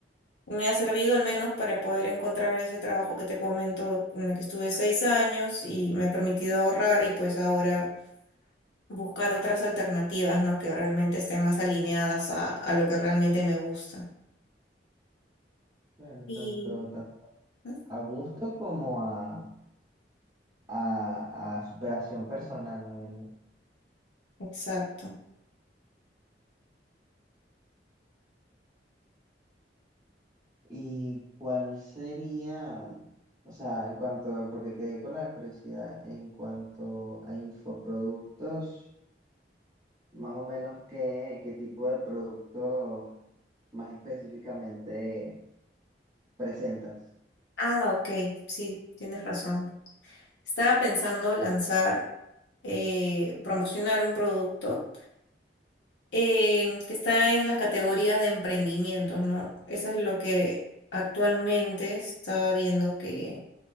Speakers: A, on the left (about 85°); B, on the right (about 25°).
A: me ha servido al menos para poder encontrar ese trabajo que te comento, en el que estuve seis años y me ha permitido ahorrar y pues ahora buscar otras alternativas, ¿no? Que realmente estén más alineadas a, a lo que realmente me gusta.
B: Claro,
A: Y,
B: tanto, tanto
A: ¿Mm?
B: a gusto como a a, a superación personal, la verdad.
A: exacto.
B: ¿Y cuál sería, o sea, en cuanto, porque quedé con la curiosidad, en cuanto a infoproductos, más o menos qué, qué tipo de productos más específicamente presentas?
A: Ah, ok, sí, tienes razón. Estaba pensando lanzar, eh, promocionar un producto em, que está en las categorías de emprendimientos, ¿no? Eso es lo que actualmente estaba viendo que